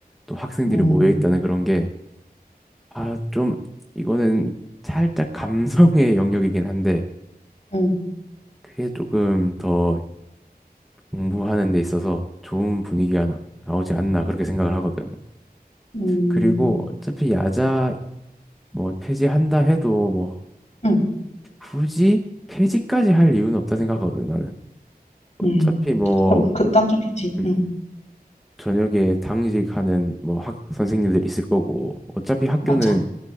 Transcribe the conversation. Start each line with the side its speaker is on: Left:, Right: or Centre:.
Centre: 또 학생들이
Left: 음,
Centre: 모여 있다는 그런 게, 아, 좀, 이거는 살짝 감성의 <laughs> 영역이긴 한데,
Left: 응,
Centre: 그게 조금 더 공부하는 데 있어서 좋은 분위기가 나, 나오지 않나, 그렇게 생각을 하거든.
Left: 음,
Centre: 그리고 어차피 야자 뭐 폐지한다 해도 뭐
Left: 응,
Centre: 굳이 폐지까지 할 이유는 없다 생각하거든, 나는. 어차피
Left: 응.
Centre: 뭐,
Left: 좀 극단적이지.
Centre: 음,
Left: 응.
Centre: 저녁에 당직하는 뭐 학, 선생님들 있을 거고, 어차피 학교는
Left: 맞아.